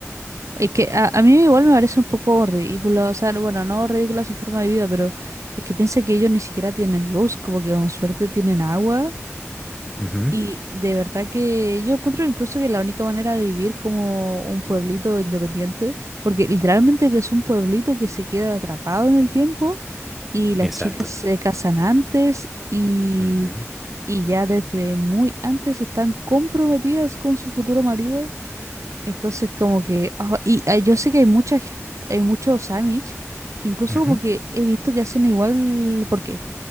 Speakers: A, on the right; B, in the centre.
A: Es que a, a mí igual me parece un poco ridículo, o sea, no- bueno, no ridícula su forma de vida, pero es que piensa que ellos ni siquiera tienen luz, como que con suerte tienen agua.
B: Ujú,
A: Y de verdad que yo encuentro incluso que la única manera de vivir como un pueblito independiente, porque literalmente que es un pueblito que se queda atrapado en el tiempo y las
B: Exacto.
A: chicas se casan antes y,
B: Ujú,
A: y ya desde muy antes están comprometidas con su futuro marido. Entonces, como que. ah, y ah, yo sé que hay muchas, hay muchos Amish que incluso
B: ujú,
A: como que he visto que hacen igual porque